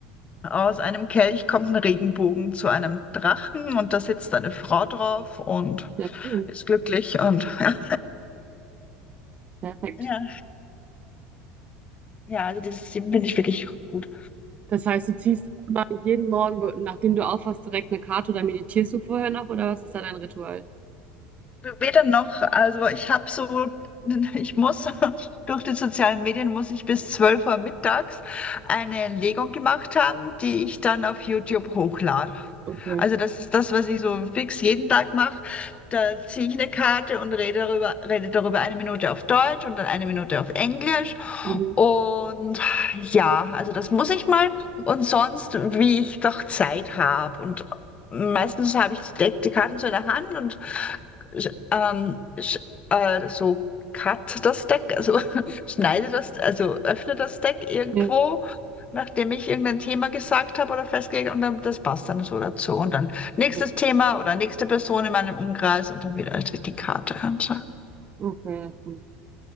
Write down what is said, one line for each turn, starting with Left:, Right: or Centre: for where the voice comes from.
Left: Aus einem Kelch kommt ein Regenbogen zu einem Drachen und da sitzt eine Frau drauf und
Right: Ja, schön.
Left: ist glücklich und <laughs> ja.
Right: Perfekt.
Left: Ja, ja, also das ist finde ich wirklich gut.
Right: Das heißt, du ziehst immer jeden Morgen, be- nachdem du aufwachst, direkt eine Karte oder meditierst du vorher noch oder was ist da dein Ritual?
Left: Weder noch, also ich habe so, ich muss <laughs> durch die sozialen Medien muss ich bis 12 Uhr mittags eine Legung gemacht haben, die ich dann auf YouTube hochlade.
Right: Okay.
Left: Also das ist das, was ich so fix jeden Tag mache. Da ziehe ich eine Karte und rede darüber, rede darüber eine Minute auf Deutsch und dann eine Minute auf Englisch.
Right: Mhm.
Left: Und ja, also das muss ich mal. Und sonst, wie ich doch Zeit habe. Und meistens habe ich die, die Karten so in der Hand und sch- ähm, sch- äh, so cut das Deck also <laughs> schneide das, also öffne das Deck irgendwo,
Right: Ja,
Left: nachdem ich irgendein Thema gesagt habe oder festgelegt und dann das passt dann so dazu. Und dann
Right: okay.
Left: nächstes Thema oder nächste Person in meinem Umkreis und dann wieder die Karte. Und so.
Right: Okay, ja, stimmt.